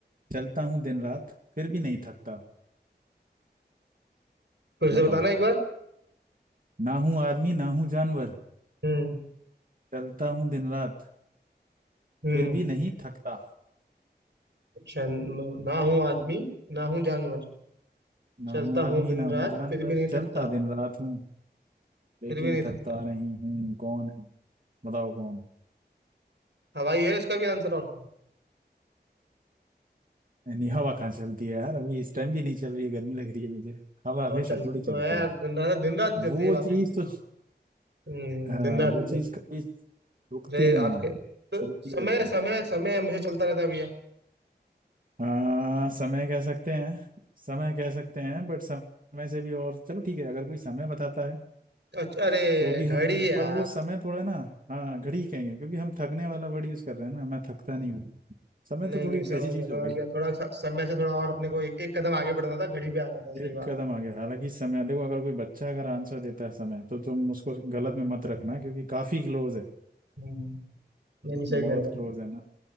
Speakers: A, on the right (about 50°); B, on the right (about 85°).
A: चलता हूँ दिन रात फिर भी नहीं थकता
B: फिर
A: बताओ
B: से बताना एक बार
A: ना हूँ आदमी ना हूँ जानवर
B: हम्म
A: चलता हूँ दिन रात
B: हम्म
A: फिर भी नहीं थकता
B: चल ना हूँ आदमी ना हूँ जानवर
A: ना
B: चलता
A: हूँ आदमी
B: हूँ दिन
A: ना
B: रात
A: हूँ जानवर
B: फिर भी नहीं
A: चलता
B: थकता
A: दिन रात हूँ लेकिन
B: फिर भी नहीं
A: थकता
B: थकता
A: नहीं हूँ कौन है बताओ कौन
B: हवाई है इसका भी आंसर और क्या है?
A: यानी हवा कहाँ चलती है यार अभी इस टाइम भी नहीं चल रही है गर्मी लग रही है मुझे हवा हमेशा
B: और चलती
A: थोड़ी चलती
B: तो है यार
A: है
B: दिन रात दिन रात भी चलती
A: वो
B: है बात
A: चीज
B: ही कर रहा
A: तो
B: हूँ हम्म,
A: हाँ
B: दिन रात
A: वो
B: नहीं
A: चीज
B: चलती
A: कभी रुकती
B: अरे
A: नहीं
B: आपके
A: है
B: तो
A: चलती
B: समय
A: रहती
B: समय
A: है
B: समय मुझे चलता रहता है भैया
A: हाँ समय कह सकते हैं समय कह सकते हैं बट समय से भी और चलो ठीक है अगर कोई समय बताता है
B: अच्छा अरे
A: तो भी हम
B: घड़ी यार
A: पर वो समय थोड़ा ना हाँ घड़ी कहेंगे क्योंकि हम थकने वाला वर्ड यूज कर रहे हैं ना मैं थकता नहीं हूँ समय
B: नहीं
A: तो थोड़ी
B: नहीं समझ
A: वैसी चीज
B: गया समझ
A: हो गई
B: गया थोड़ा सा- समय से थोड़ा और अपने को एक, एक कदम आगे बढ़ना था घड़ी पे आना था सही
A: एक
B: बात
A: कदम
B: है
A: आगे हालांकि समय देखो अगर कोई बच्चा अगर आंसर देता है समय तो तुम उसको गलत में मत रखना क्योंकि काफी क्लोज है
B: हम्म, नहीं नहीं सही
A: बहुत
B: कह
A: क्लोज है ना